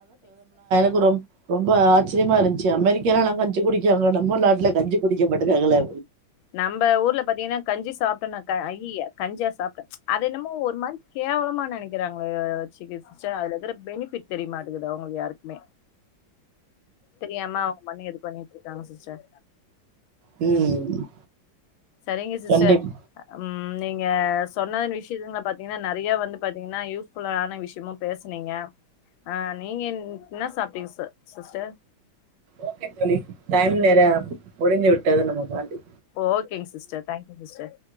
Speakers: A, on the right; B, on the left.
A: ரொம்ப ரொம் ரொம்ப ஆச்சரியமாருந்துச்சு அமெரிக்கால எல்லா கஞ்சி குடிக்காங்க நம்ம நாட்ல கஞ்சி குடிக்க மாட்டுக்காங்காள
B: நம்ப ஊர்ல பாத்திங்கனா கஞ்சி சாப்ட்டோனாக்க அய்யிய கஞ்சியா சாப்ட்ட அது என்னமோ ஒரு மாரி கேவலமா நெனைக்கறாங்க சி க சிஸ்டர் அதுல இருக்கற பெனிஃபிட் தெரிய மாட்டகுது அவுங்களுக்கு யாருக்குமே தெரியாம அவுங்க பண்ணி இது பண்ணிட்ருக்காங்க சிஸ்டர்
A: ம்
B: சரிங்க சிஸ்டர்
A: கண்டிப்
B: ம் நீங்க சொன்ன விஷ்யங்கள பாத் ஏனா நெறைய வந்து பாத்திங்னா யூஸ்ஃபுல்லான விஷ்யமு பேஸ்னிங்க ஆ நீங்கன் என்னா சாப்ட்டிங்க ச சிஸ்டர்
A: ஓகே தோழி டைம் வேற முடிந்து விட்டது நமக்காண்டி
B: ஓகேங் சிஸ்டர் தேங்க்யூ சிஸ்டர்